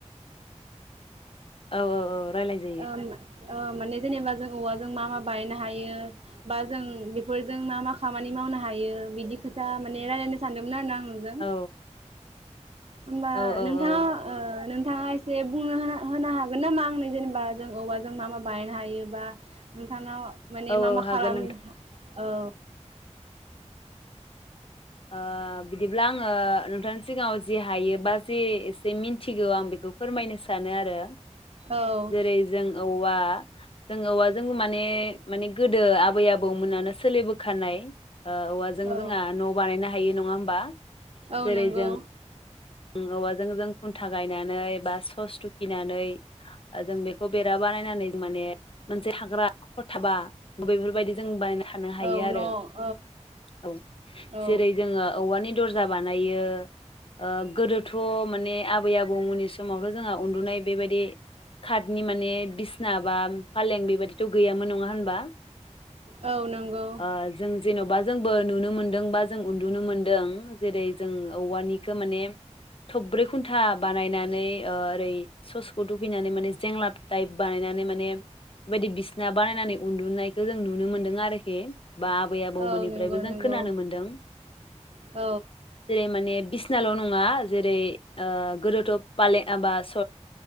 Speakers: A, on the left; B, on the right.
A: औ औ औ रायलाय जायो।
B: ओम ओ माने जेनेबा जों औवाजों मा मा बायनायनो हायो बा जों बेफोरजों मा मा खामानि मावनो हायो बिदि खोथा माने रायलायनो सानदोंमोन आरोना आं नोंजों।
A: औ
B: होमबा
A: औ औ
B: नोंथाङा
A: औ
B: ओ नों थांङा एसे बुंङो हा-होनो हागोन नामा आंनो जेनोबा जों औवाजों मा मा बानायनो हायो? बा नोंथांनाव माने
A: औ
B: मा
A: औ
B: मा
A: हागोन
B: खालाम नोंथां? औ
A: ओ बिदिब्ला आङो नोंथांनि सिगांङाव जि हायो बा जे एसे मिथिगौ आं बिखौ फोरमायनो सानो आरो।
B: औ
A: जेरै जों औवा जों औवाजों माने माने गोदो आबै आबौमोनानो सोलिबोखानाय। ओ औवाजों
B: औ
A: जोंहा न' बानायनो हा हायो नङा होमबा?
B: औ
A: जेरै
B: नोंगौ।
A: जों औवाजों जों खुन्था गायनानै बा सो फस थुखिनानै जों बेखौ बेरा बानायनानै माने मोनसे हाग्रा हाखर थाबा बेफोरबायदि जों बानायना थानो हायो
B: औ न'
A: आरो
B: औ
A: औ
B: औ
A: जेरै जोङो औवानि दर्जा बानायो। ओम। गोदोथ' माने आबै आबौमोननि समावथ' जोंहा उन्दुनाय बेबायदि कार्टनि माने बिसना बा फालें बेबायदिथ' गैयामोन नङा होनबा
B: औ नंगौ।
A: ओ जों जेन'बा जोंबो नुनो मोन्दों बा जों उन्दुनो मोनदों जेरै जों औवानिखौ माने थब्रै खुन्था बानायनानै ओरै ससेखौ दुगैनानै। माने जेंला टाइप बानायनानै माने बेबायदि बिसिना बानायनानै उन्दुनायखौ जों नुनो मोन्दों आरो। ए बा आबै आबौमोननिफ्रायबो
B: औ नंगौ नंगौ
A: जों खोनानो मोनदों
B: औ
A: जेरै माने बि-' बिसिनाल' नङा मा जेरै ओ गोदोथ' पालें बा स